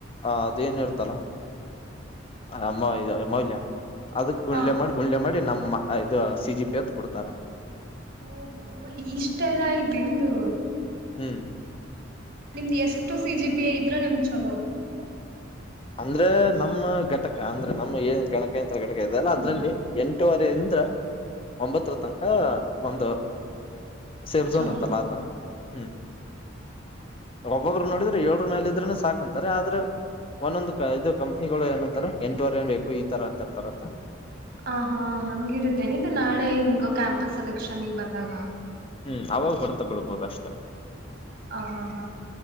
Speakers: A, on the left; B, on the right.
A: ಆ ಅದೇನಿರ್ತಲ್ಲ ಹ ಮ ಮಲ್ಯ ಅದಕ್ ಗುಂಡ್ಲೆ
B: ಹಾ
A: ಮಾಡಿ ಗುಂಡ್ಲೆ ಮಾಡಿ ನಮ್ಮ್ ಇದು ಸಿ ಜಿ ಪಿ ಹತ್ ಕೊಡ್ತಾರೆ
B: ಓಹೋ ಇಷ್ಟೆಲ್ಲ ಆಯ್ತೆು ನಿದು
A: ಹ್ಮ್
B: ನಿಮ್ದ್ ಎಷ್ಟು ಸಿ ಜಿ ಪಿ ಐ ಇದ್ರೆ ನಿಮ್ ಚಲೋ
A: ಅಂದ್ರೆ ನಮ್ಮ ಘಟಕ ಅಂದ್ರೆ ನಮ್ಮ ಏನ್ ಗಣಕ ಯಂತ್ರ ಘಟಕ ಇದ ಅಲ್ಲ
B: ಹ್ಮ್
A: ಅದ್ರಲ್ಲಿ ಎಂ ವರಿಂದ ಒಂಬತ್ತರ
B: ಹ್ಮ್
A: ತನಕ ಒಂದು ಸೇಫ್ ಝೋನ್
B: ಚಲೋನಾ
A: ಅತ್ತಲ್ಲ ಆತರ ಹ್ಮ್ ಒಬ್ಬೊಬ್ಬರು ನೋಡಿದ್ರೆ ಏಳ್ರ ಮೇಾಲ ಇದ್ರೆನೆ ಸಾಕು ಅಂತಾರೆ ಆದ್ರೆ ಒಂದೊಂದಂದು ಇದು ಕಂಪ್ನಿಗಳು ಏನಂತಾರೆ ಎಂಟವರೆ ಏನ್ ಬೇಕು ಈ ತರ ಅಂತ ಇರ್ತಾರತ್ತ
B: ಹ ಹಾ ಹಂಗಿರುತ್ತೇನೆ ಇದು ನಾಳೆ ಹಿಂಗ ಕ್ಯಾಂಪಸ್ ಸೆಲೆಕ್ಷನ್ಗ್ ಬಂದಾಗ
A: ಹ್ಮ್ ಅವಾಗ ಹೊಡ್ತಾ ಬಿಳ್ಬೋದ ಅಷ್ಟ
B: ಹ ಹಾ ಹಾ